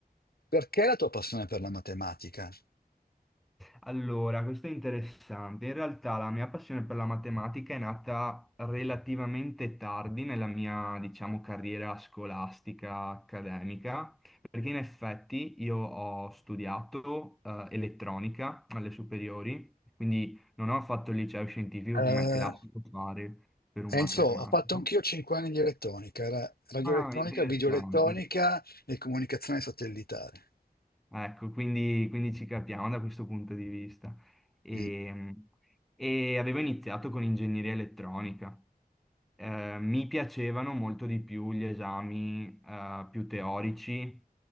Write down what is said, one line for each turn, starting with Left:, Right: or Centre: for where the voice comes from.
Left: Perché la tua passione per la matematica?
Centre: Allora, questo è interessante. In realtà la mia passione per la matematica è nata relativamente tardi nella mia, diciamo, carriera scolastica accademica, perché in effetti io ho studiato eh, elettronica alle superiori, quindi non ho fatto il liceo scientifico
Left: Eh,
Centre: come è classico fare per un
Left: Enzo,
Centre: matematico.
Left: ho fatto anch'io 5 anni di elettronica, era radioelettronica,
Centre: Ah, interessante.
Left: videoelettronica e comunicazione satellitare.
Centre: Ecco, quindi, quindi ci capiamo da questo punto di vista. E,
Left: Mm.
Centre: e avevo iniziato con ingegneria elettronica eh, mi piacevano molto di più gli esami eh, più teorici,